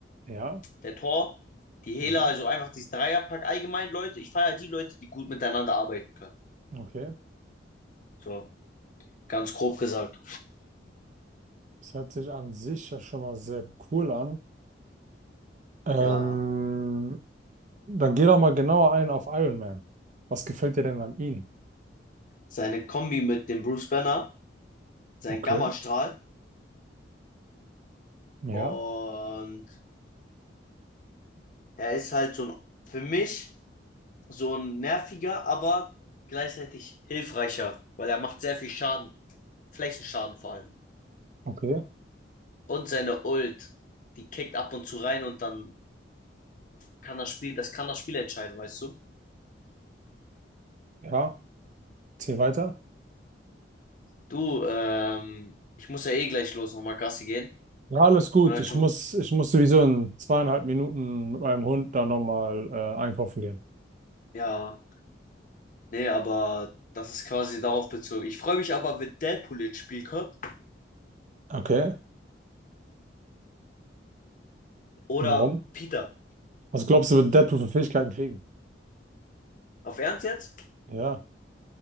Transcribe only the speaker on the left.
der Thor, die Hela,
also einfach dieses Dreierpack allgemein, Leute. Ich feiere die Leute, die gut miteinander arbeiten können.
So, ganz grob gesagt.
Ja,
seine Kombi mit dem Bruce Banner, sein
Gammastrahl
und er ist halt so ein, für mich so ein nerviger, aber gleichzeitig hilfreicher, weil er macht sehr viel Schaden. Flächenschaden vor allem.
Und seine Ult, die kickt ab und zu rein und dann kann das Spiel, das kann das Spiel entscheiden, weißt du?
Du, ähm, ich muss ja eh gleich los, nochmal Gassi gehen.
Vielleicht
schon,
ja, nee, aber das ist quasi darauf bezogen. Ich freue mich aber, wenn Deadpool ins Spiel kommt
oder
Peter.
Auf Ernst jetzt?